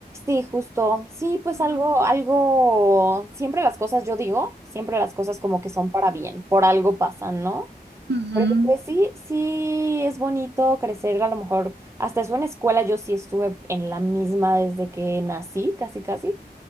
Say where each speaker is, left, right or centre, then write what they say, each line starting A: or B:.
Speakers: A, on the right (about 15°); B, on the right (about 80°).
A: Sí, justo. Sí, pues
B: Mm,
A: algo, algo, siempre las cosas, yo digo, siempre las cosas como que son para bien, por algo pasan, ¿no?
B: ujú,
A: Porque
B: ujú.
A: pues sí, sí es bonito crecer, a lo mejor hasta eso en escuela yo sí estuve en la misma desde que nací, casi casi.